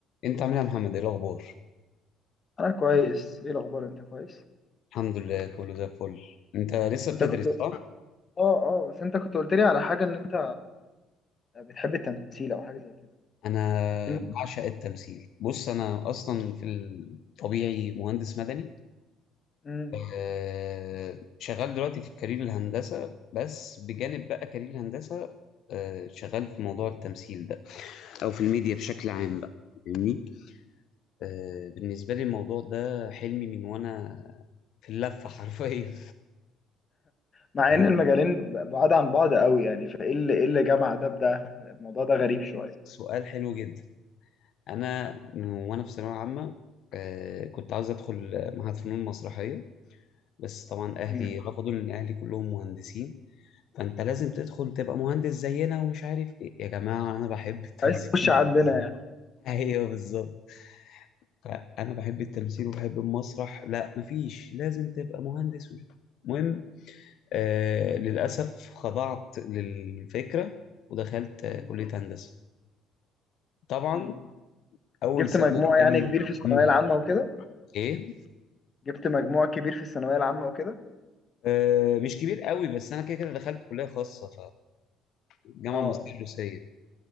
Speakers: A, on the left; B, on the left.
A: انت عامل ايه يا محمد ايه الاخبار
B: انا كويس ايه الاخبار انت كويس
A: الحمد لله كله زي الفل انت لسه
B: انت
A: بتدرس
B: كنت اه
A: صح
B: اه بس انت كنت قلت لي على حاجه ان انت بتحب التمثيل او حاجه زي كده
A: انا
B: الم-
A: بعشق التمثيل بص انا اصلا في الطبيعي مهندس مدني
B: مم.
A: أه شغال دلوقتي في كارير الهندسه بس بجانب بقى كارير الهندسه أه شغال في موضوع التمثيل ده او في الميديا بشكل عام بقى فاهمني أه بالنسبه لي الموضوع ده حلمي من وانا في اللفه حرفيا
B: مع
A: <laughs>
B: ان المجالين ب- بعاد عن بعض قوي يعني فايه اللي ايه اللي جمع ده بده الموضوع ده غريب شويه
A: سؤال حلو جدا انا من- وانا في ثانويه عامه آه، كنت عاوز ادخل معهد فنون مسرحيه بس طبعا اهلي
B: مم.
A: رفضوا لان اهلي كلهم مهندسين فانت لازم تدخل تبقى مهندس زينا ومش عارف ايه يا جماعه انا بحب التمثيل
B: عايز تخش
A: و-
B: عندنا
A: <laughs>
B: يعني
A: ايوه بالظبط فانا بحب التمثيل وبحب المسرح لا مفيش لازم تبقى مهندس ومش- المهم آه للاسف خضعت للفكره ودخلت آه،
B: مم.
A: كليه هندسه طبعا
B: مم.
A: اول
B: جبت
A: سنه
B: مجموع يعني
A: قال لي
B: كبير في الثانويه
A: مم،
B: العامه وكده
A: ايه
B: جبت مجموع كبير في الثانويه العامه وكده
A: آه، مش كبير قوي بس انا كده كده دخلت كليه خاصه فالجامعه
B: اه آه.
A: المصريه الروسيه